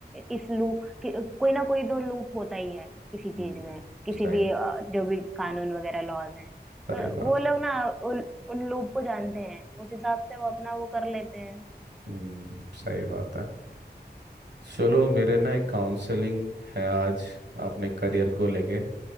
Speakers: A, in the centre; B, on the right.
A: इस लूप कि कोई ना कोई तो लूप होता ही है किसी चीज
B: हम्म
A: में किसी
B: सही
A: भी
B: बात
A: अ, जो भी कानून वगैरह लॉज हैं
B: सही
A: तो
B: बात
A: वो लोग
B: है।
A: ना उन उन लूप को जानते हैं उस हिसाब से वो अपना वो कर लेते हैं
B: हम्म सही बात है चलो मेरे
A: वही
B: ना एक
A: ना
B: काउंसलिंग है आज अपने करियर को लेके